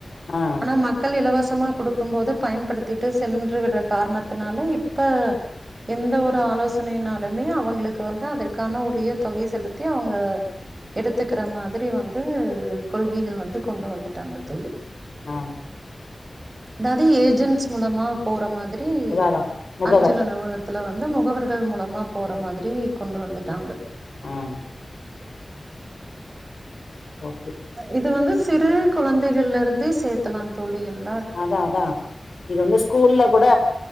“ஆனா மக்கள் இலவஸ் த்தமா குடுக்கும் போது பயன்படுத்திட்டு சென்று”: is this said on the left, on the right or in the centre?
Right